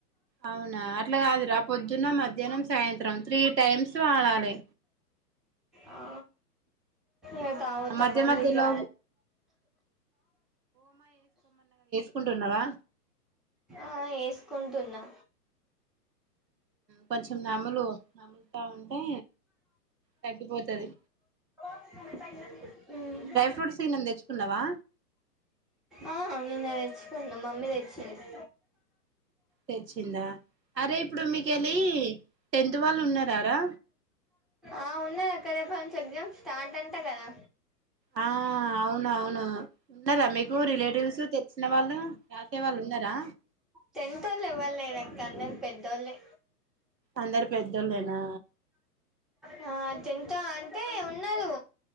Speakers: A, on the right; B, in the centre.
A: అవునా అట్లా కాదురా పొద్దున్న, మధ్యాహ్నం, సాయంత్రం త్రీ టైమ్స్ వాడాలి.
B: ఆ ఏత
A: ఆ
B: ఆగుత
A: మధ్య
B: మల్
A: మధ్యలో
B: గ
A: కుంటున్నావా
B: ఆ వేసుకుంటున్నా
A: కొంచెం నములు నముల్ తా ఉంటే తగ్గిపోతుది
B: హు
A: ఫ్రూట్స్ ఏమైనాతెచ్చుకున్నావా
B: ఆ నిేన్న తెచ్చుకునా మమ్మీ తెచ్చింది
A: తెచ్చిందా అరే ఇప్పుడు మీక వెళ్ళి టెన్త్ వాళ్ళు ఉన్నారారా
B: ఆ ఉన్నారు అక్కడే రేపు నుంచి ఎగ్జామ్ స్టార్ట్ అంటా కదా
A: ఆ అవున అవును ఆ ఉన్నారా మీకు రిలేటివ్స్ తె లీసిన వాళ్ళు రాసే వాళ్ళు ఉన్నారా
B: టెన్త్ వాళ్ళె ఎవరు లేర్ అక్క అందర్ పెద్దోలే
A: అందరు పెద్దోళ్ళేనా
B: హా టెన్త్ అంటే ఉన్నారు